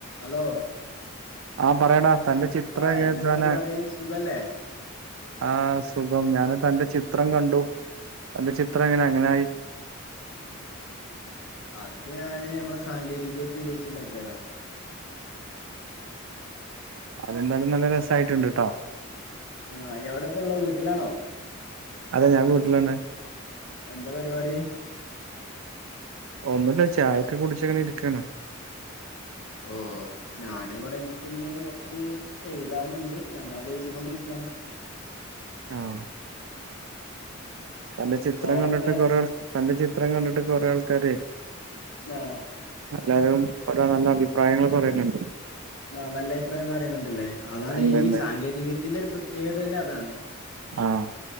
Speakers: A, on the left; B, on the right.
A: Hello
B: ആ പറയടാ തന്റെ ചിത്ര
A: ആഹ്
B: എങ്ങയെ
A: എന്താ
B: താന
A: പരിപാടി സുഖല്ലേ
B: ആഹ് സുഖം ഞാന് തന്റെ ചിത്രം കണ്ടു തന്റെ ചിത്രം എങ്ങനെ അങ്ങനായി
A: അത് ഞാന് നമ്മളെ സാങ്കേതികവിദ്യ ഉപയോയിച്ച്ണ്ടാക്കിയതാ
B: അതെന്താലും നല്ല രസായിട്ടുണ്ട്ട്ടോ
A: ആഹ് എവിടെപ്പള്ളഹ് വീട്ടിലാണോ
B: അതെ ഞാ വീട്ടിലാണ്
A: എന്താ പരുവാടി
B: ഒന്നൂല്ല ചായൊക്കെ കുടിച്ച്ങ്ങനെ ഇരിക്കാണ്
A: ഓഹ് നാനിവടെ ഇൻക്ക് ന്ന് കൊറച്ച് എഴുതാനുണ്ട് ഞാനതെയ്തിക്കൊണ്ടിരിക്യാണ്
B: ആഹ് അന്റെ ചിത്രം
A: വേറെന്താ
B: കണ്ടിട്ട് കൊറേ അന്റെ ചിത്രം കണ്ടിട്ട് കൊറേ ആൾക്കാരെയ്
A: ആഹ്
B: ല്ലാരും ഓരോ നല്ല അഭിപ്രായങ്ങൾ പറയല്ണ്ട്
A: ആഹ് നല്ലയിപ്രായം പറീന്ന്ണ്ട്ല്ലേ അതാണ്
B: എന്തെന്റെ
A: ഈ സാങ്കേതികവിദ്യന്റെ ഒര് പ്രത്യേക തന്നെ അതാണ്
B: ആഹ്